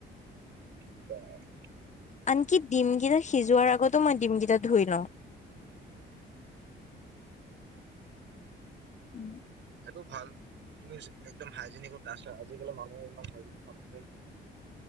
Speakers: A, on the right; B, on the left.
A: <unintelligible>
B: আনকি ডিম কেইটা সিজোৱাৰ আগতো মই ডিমকেইটা ধুই লওঁ উম
A: সেইটো ভাল তুমি একদম হাইজেনিকত আছা আজিকালি মানুহে ইমান হাইজেনিক নাথাকে